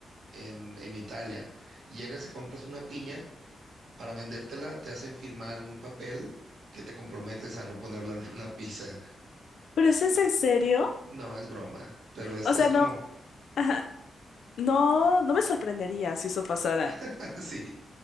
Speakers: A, on the right; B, on the left.
A: en, en Italia y llegas y compras una piña, para vendértela te hacen firmar en un papel que te comprometes a no ponerla en <laughs> una pizza.
B: ¿Pero eso es en serio?
A: No, es broma, pero es,
B: O
A: es
B: sea,
A: como,
B: no, ajá, no, no me sorprendería si eso pasara.
A: <laughs> sí.